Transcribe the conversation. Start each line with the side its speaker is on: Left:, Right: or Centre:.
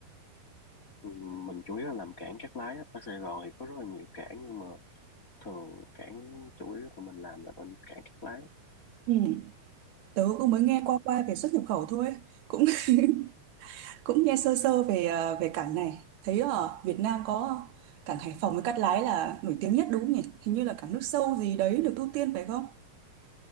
Left: Ừ, mình chủ yếu là làm cảng cát lái á. ở Sài Gòn thì có rất là nhiều cảng nhưng mà thường cảng chủ yếu tụi mình làm là bên cảng cát lái
Right: Ừ. Tớ cũng mới nghe qua qua về xuất nhập khẩu thôi. Cũng <laughs> cũng nghe sơ sơ về ờ, về cảng này. Thấy ở Việt Nam có cảng Hải Phòng với Cát Lái là nổi tiếng nhất đúng không nhỉ? Hình như là cảng nước sâu gì đấy được ưu tiên phải không?